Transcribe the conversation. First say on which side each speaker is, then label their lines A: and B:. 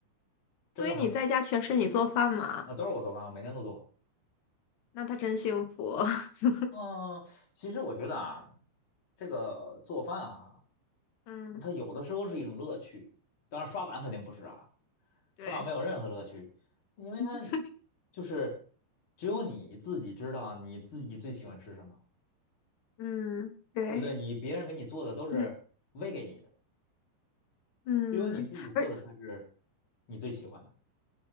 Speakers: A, on the left (about 30°); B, on the left (about 70°).
A: 真的很
B: 所以你在家全是你做饭吗？
A: 啊，都是我做饭，我每天都做。
B: 那他真幸福。<laughs>
A: 嗯，其实我觉得啊，这个做饭啊，
B: 嗯，
A: 它有的时候是一种乐趣，当然刷碗肯定不是啊，
B: 对，
A: 刷碗没有任何乐趣，因为它
B: <laughs>
A: 就是只有你自己知道你自己最喜欢吃什么。
B: 嗯，对，
A: 对不对？你别人给你做的都是喂给你的，
B: <laughs> 嗯嗯。
A: 只有你自己做的才是
B: 而。
A: 你最喜欢的。